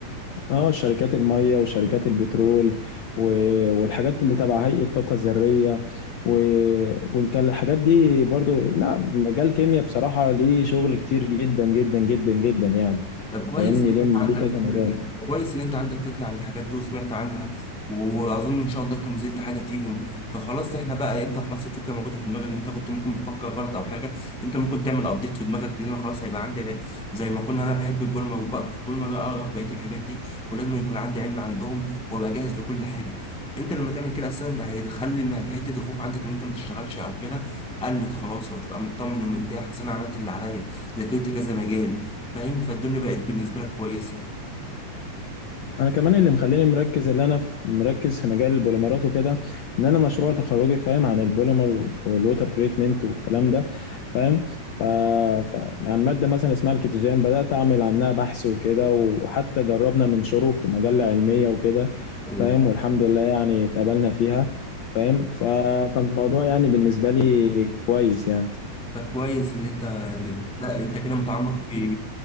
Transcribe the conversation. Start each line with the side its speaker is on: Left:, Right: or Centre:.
Left: اه شركات الميه وشركات البترول و... والحاجات اللي تبع هيئه الطاقه الذريه و... والحاجات دي برضو لا مجال كيمياء بصراحه ليه شغل كتير جدا جدا جدا جدا يعني
Centre: طب كويس
Left: فاهمني
Centre: ان انت
Left: ليه ليه
Centre: عندك
Left: كذا
Centre: فكره
Left: مجال
Centre: كويس ان انت عندك فكره عن الحاجات دي وسمعت عنها واظن ان شاء الله تكون نزلت حاجه فيهم فخلاص احنا بقى انت خلاص الفكره موجوده في دماغك انت كنت ممكن بتفكر غلط او حاجه انت ممكن تعمل ابديت في دماغك لان أنا خلاص هيبقى عندي علم زي ما كنا انا بحب البولمه وبقرا في البولمه لا اقرا في بقيه الحاجات دي ولازم يكون عندي علم عندهم وابقى جاهز لكل حاجه انت لما تعمل كده اصلا هيخلي ما- حته الخوف عندك ان انت ما تشتغلش او كده قلت خلاص وهتبقى مطمن ومرتاح اصل انا عملت اللي عليا ذاكرت كذا مجال فاهم فالدنيا بقت بالنسبة لك كويسة
Left: انا كمان اللي مخليني مركز اللي انا في مركز في مجال البوليمرات وكده ان انا مشروع تخرجي فاهم عن البوليمر والووتر تريتمنت والكلام ده فاهم ف... ف... عن ماده مثلا اسمها الكيتوزان بدات اعمل عنها بحث وكده وحتى جربنا ننشره في مجله علميه وكده
Centre: طيب
Left: فاهم والحمد لله يعني اتقبلنا فيها فاهم ف... فالموضوع يعني بالنسبه لي كويس يعني
Centre: ده كويس اللي انت لا انت كده متعمق في